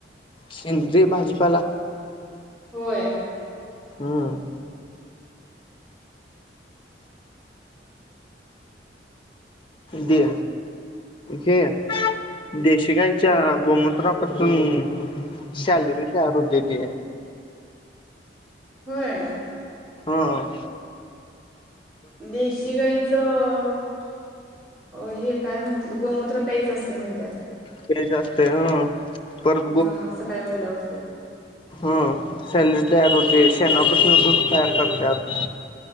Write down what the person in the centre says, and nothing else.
होय.
होय
देशी गाईच अ हे काय म्हणतात गोमूत्र प्यायच असतय म्हणतात.
हा सकाळी उठल्या उठल्या